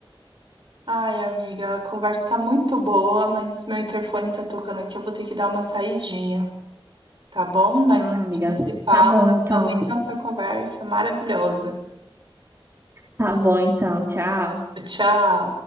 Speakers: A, on the right (about 55°); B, on the right (about 30°).
A: Ai, amiga, a conversa tá muito boa, mas meu interfone tá tocando aqui, eu vou ter que dar uma saidinha, tá bom? Mas
B: Ah,
A: a
B: amiga.
A: gente se fala,
B: Tá bom, então.
A: amei nossa conversa maravilhosa.
B: Tá bom, então. Tchau.
A: Tchau.